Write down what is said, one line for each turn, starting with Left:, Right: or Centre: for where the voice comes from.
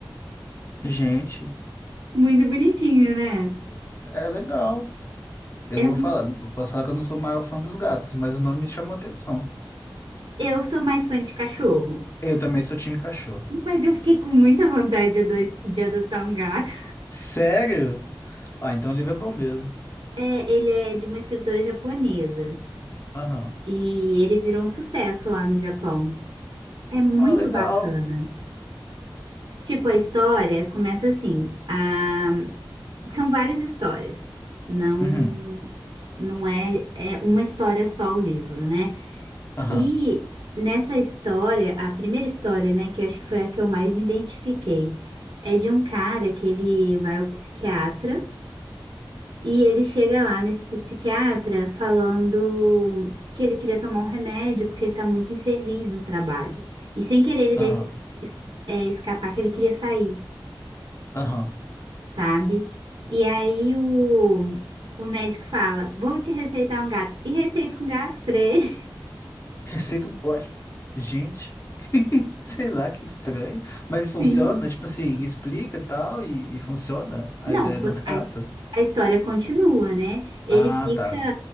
Left: Gente,
Right: Muito bonitinho, né?
Left: é legal. Eu
Right: Eu,
Left: não vou falar, eu posso falar que eu não sou o maior fã dos gatos, mas o nome me chamou atenção.
Right: eu sou mais fã de cachorro,
Left: Eu também sou time cachorro.
Right: mas eu fiquei com muita vontade de ado- de adotar um gato.
Left: Sério? Ah, então o livro é bom mesmo.
Right: É, ele é de uma escritora japonesa
Left: Aham.
Right: e ele virou um sucesso lá no Japão. É muito
Left: Ah, legal.
Right: bacana. Tipo, a história começa assim. a- São várias histórias. Não,
Left: Uhum.
Right: não é, é uma história só o livro, né?
Left: Aham.
Right: E nessa história, a primeira história, né, que eu acho que foi a que eu mais me identifiquei, é de um cara que ele vai ao psiquiatra. E ele chega lá nesse psiquiatra falando que ele queria tomar um remédio porque ele tá muito infeliz no trabalho. E sem querer ele
Left: Aham.
Right: deixa es- es- é, escapar que ele queria sair,
Left: Aham.
Right: sabe? E aí o, o médico fala: Vou te receitar um gato. E receita um gato pra ele.
Left: <laughs> Receita. Ué. Gente. <laughs> Sei lá, que estranho. Mas funciona?
Right: <laughs> Sim.
Left: Tipo assim, explica e tal, e, e funciona a
Right: Não,
Left: ideia
Right: co-
Left: do gato?
Right: a, his- a história continua, né? Ele
Left: Ah,
Right: fica.
Left: tá.